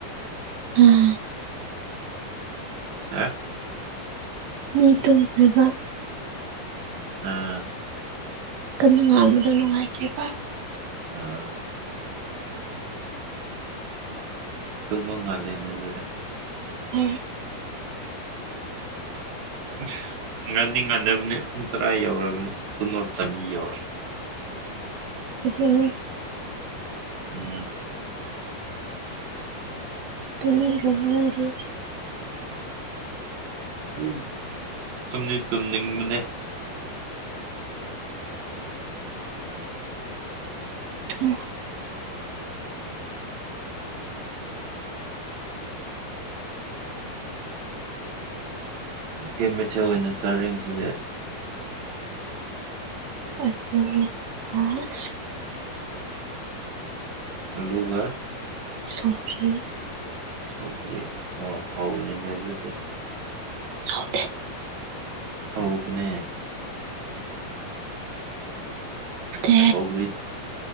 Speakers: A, on the right; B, on the right.
A: ꯎꯝ
B: ꯍ
A: ꯃꯤ ꯇꯨꯝꯈ꯭ꯔꯕ
B: ꯑꯥ
A: ꯀꯟꯅ ꯅꯨꯡꯉꯥꯟꯕꯗ ꯅꯨꯡꯉꯥꯏꯇꯦꯕ
B: ꯑ ꯇꯨꯃꯕ ꯉꯜꯂꯦꯅꯤ ꯑꯗꯨꯗ
A: ꯎꯝ
B: ꯑꯁ ꯉꯥꯟꯅꯤ ꯉꯥꯟꯅꯕꯅꯦ ꯄꯨꯡ ꯇꯔꯥ ꯌꯧꯔꯕꯅꯦ ꯇꯃ ꯇꯝ ꯌꯧꯔ
A: ꯖꯅꯦ
B: ꯎꯝ
A: ꯇ ꯌꯉꯅꯒꯦ
B: ꯌꯨꯝ ꯇꯨꯝꯅꯤ ꯇꯨꯝꯅꯤꯡꯕꯅꯦ
A: ꯇꯨꯝꯃꯣ
B: ꯀꯩ ꯃꯩꯊꯦꯜ ꯑꯣꯏꯅ ꯆꯥꯔꯦꯁꯤꯗꯤ
A: ꯑ
B: ꯂꯨꯒ
A: ꯁꯈ꯭ꯔꯤ
B: ꯁꯧꯒꯔꯤ ꯑꯣ ꯍ꯭ꯔ ꯏꯦ
A: ꯍꯗ
B: ꯍꯧꯕꯅꯦ
A: ꯀ
B: ꯁꯧꯒꯔꯤ